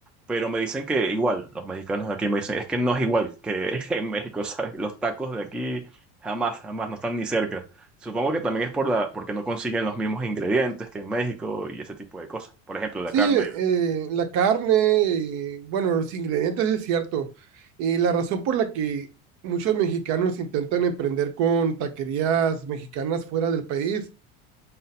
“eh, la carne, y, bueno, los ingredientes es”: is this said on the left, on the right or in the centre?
Right